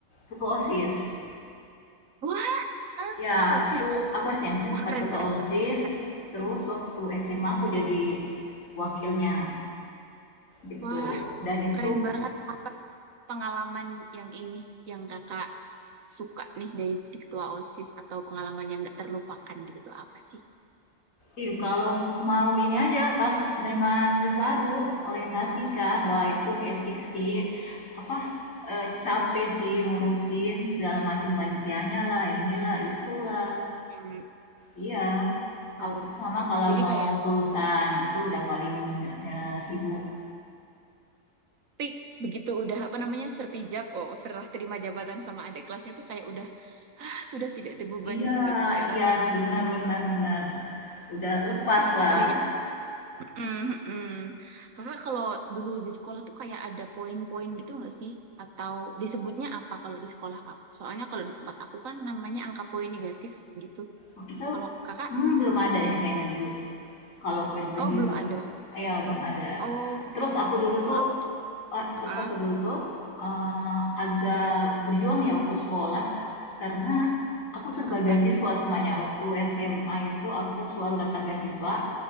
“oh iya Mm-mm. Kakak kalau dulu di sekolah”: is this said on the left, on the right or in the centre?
Right